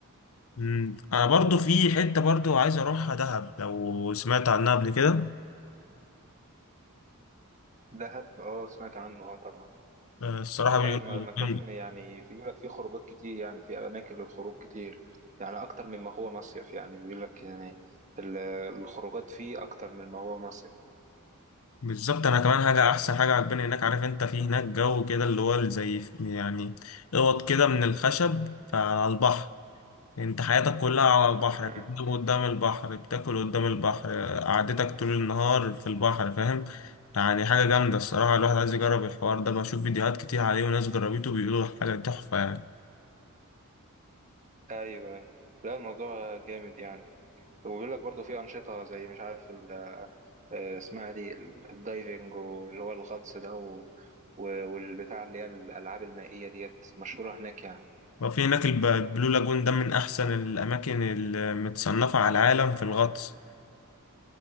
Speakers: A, on the left; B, on the right.
A: مم. انا برضو في حتة برضو عايز اروحها دهب لو سمعت عنها قبل كده
B: دهب أه سمعت عنه أه طبعا
A: آه، الصراحة بيقولوا
B: لا م- مكان
A: جامدة.
B: يعني في يقول لك فيه خروجات كتير يعني في أماكن للخروج كتير يعني أكتر مما هو مصيف يعني بيقول لك يعني ال- الخروجات فيه أكتر مما هو مصيف
A: بالظبط انا كمان حاجه احسن حاجه عجباني هناك عارف انت في هناك جو كده اللي هو زي يعني اوض كده من الخشب فعلى البحر انت حياتك كلها على البحر
B: مم.
A: بتنام قدام البحر بتاكل قدام البحر قعدتك طول النهار في البحر فاهم يعني حاجه جامده الصراحه الواحد عايز يجرب الحوار ده بشوف فيديوهات كتير عليه وناس جربته بيقولوا حاجه تحفه يعني
B: أيوه لا الموضوع جامد يعني وبيقول لك برضه في أنشطة زي مش عارف ال- آه، اسمها دي ال- الدايفنج واللي هو الغطس ده و- و- والبتاع اللي هي الألعاب المائية ديت مشهورة هناك يعني
A: وفي هناك الب- البلو لاجون ده من احسن الاماكن المتصنفه على العالم في الغطس